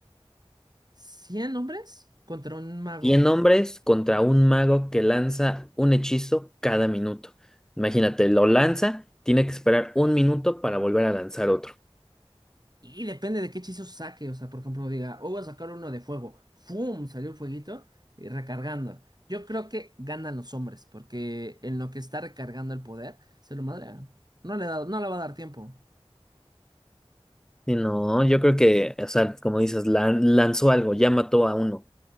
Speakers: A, on the right; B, in the centre.
A: 100 hombres contra un mago.
B: Cien hombres contra un mago que lanza un hechizo cada minuto. Imagínate, lo lanza, tiene que esperar un minuto para volver a lanzar otro.
A: Y depende de qué hechizo saque. O sea, por ejemplo, diga, oh, voy a sacar uno de fuego. ¡Fum! Salió el fueguito y recargando. Yo creo que ganan los hombres, porque en lo que está recargando el poder, se lo madrean. No le da, no le va a dar tiempo.
B: Y no, yo creo que, o sea, como dices, lan- lanzó algo, ya mató a uno,